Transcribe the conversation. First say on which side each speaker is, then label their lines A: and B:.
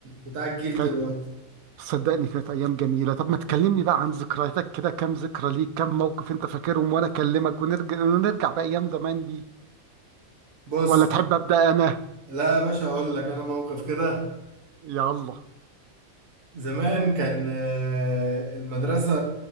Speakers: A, on the right; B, on the right.
A: بتاع الجيل
B: كانت
A: دلوقتي
B: صدقني كانت ايام جميله طب ما تكلمني بقى عن ذكرياتك كده كام ذكرى ليك كام موقف انت فاكرهم وانا اكلمك ونرجع نرجع بايام زمان دي
A: بص
B: ولا تحب ابدا انا
A: لا يا باشا اقول لك انا موقف كده
B: يلا
A: زمان كان آه، المدرسة